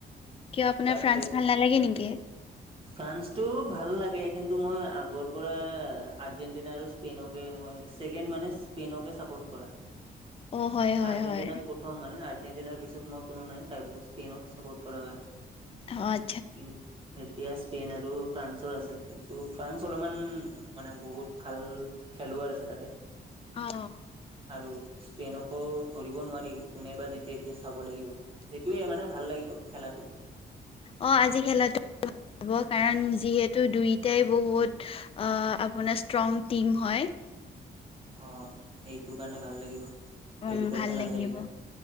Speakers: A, on the left (about 35°); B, on the right (about 30°).
A: কিয় আপোনাৰ
B: তাতে
A: ফ্ৰান্স ভাল নালাগে নেকি
B: ফ্ৰান্সটো ভাল লাগে কিন্তু মই আগৰ পৰা আৰ্জেণ্টিনা আৰু স্পেইনকে মই ছেকেণ্ড মানে স্পেইনকে চাপৰ্ট কৰা
A: অ হয় হয়
B: আৰ্জেণ্টিনাক
A: হয়
B: প্ৰথম মানে আৰ্জেণ্টিনাৰ পিছত মই কোনো নাই তাৰ পিছত স্পেইনক চাপৰ্ট কৰা হয়
A: হয়
B: কি এতিয়া স্পেইন আৰু ফ্ৰান্সৰ আছে কিন্তু ফ্ৰান্স অলপমান মানে বহুত ভাল খেলুৱৈ আছে তাতে
A: অ
B: আৰু স্পেইনকো ধৰিব নোৱাৰি কোনে বা জিতে এতিয়া চাব লাগিব এইটোয়ে মানে ভাল লাগিব খেলাটো
A: অ আজি খেলা হব কাৰণ যিহেতু দুইটাই বহুত আপোনাৰ ষ্ট্ৰং টিম হয়
B: অ এইটো কাৰণে ভাল লাগিব
A: উম
B: এই দুটা
A: ভাল
B: খেল
A: লাগিব
B: আছে কিনে